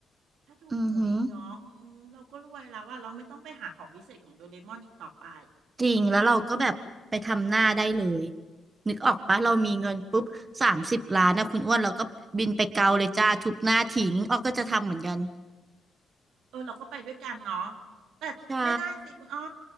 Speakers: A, on the right; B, on the right.
A: ถ้าถูกหวยอีกเนาะอืมเราก็รวยแล้วว่าเราไม่ต้องไปหาของวิเศษของโดเรมอนอีกต่อไป
B: อือหือจริงแล้วเราก็แบบไปทำหน้าได้เลยนึกออกปะเรามีเงินปุ๊บสามสิบล้านนะคุณอ้วนเราก็บินไปเกาเลยจ้าทุบหน้าทิ้งอ้อก็จะทำเหมือนกัน
A: เออเราก็ไปด้วยกันเนาะแต่ไม่ได้สิคุณอ้อ
B: ใช่